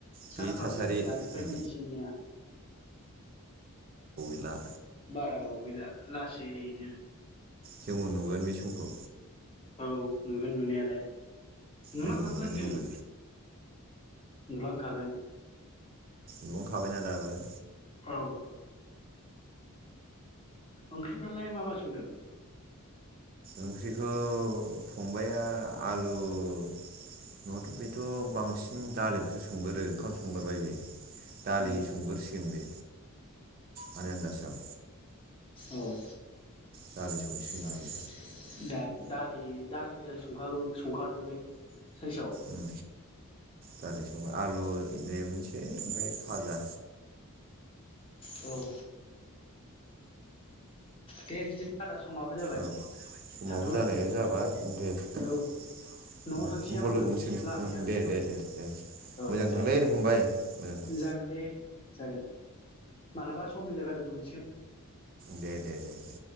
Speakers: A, on the right; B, on the left.
A: बे
B: जाखाबायानोन
A: थासारि
B: दानिफ्रायनो
A: उम
B: एसे एनैया।
A: ला
B: बारा गोबाव गैला लासैनो
A: जोंबो नुगोन बे समखौ।
B: औ नुगोन नुनायालाय। नुलांखागोन
A: लोगो मोनगोन जोंबो
B: जों। नुलांखागोन।
A: नुहांखाबायना दाबो।
B: औ। ओंख्रिफ्रालाय मा मा संदों?
A: ओंख्रिखौ फंबायआ आलु न इथ' बांसिन दालिखौसो संग्रोदो ओंखाम संगोरबाय बे। दालि
B: उम
A: संगोरसिगोन बे आंनि आन्दासाव
B: औ।
A: दालि संसिगोन
B: दालि
A: बियो
B: संसिगोन बियो दा इ दालि गोजा संखागौ संखादों बे। साइसाव।
A: उम दालि संबा आलु लेमनोसै ओमफ्राय फाजा
B: <unintelligible> औ। दे बिदिब्ला आदा समाबो जाबाय
A: औ समाबो
B: थाथ'लायनोसै
A: जानाया जाबाय दे उनफ्राव
B: औ न'आव थांसै आंबो
A: लोगो हमसिगोन
B: नै लामाया
A: दे दे दे दे
B: औ
A: मोजां
B: दे
A: थांलै फंबाय मोजांथां
B: जागोन दे जागोन मालाबा सम मिलायबा लोगो मोनसिगोन
A: दे दे दे दे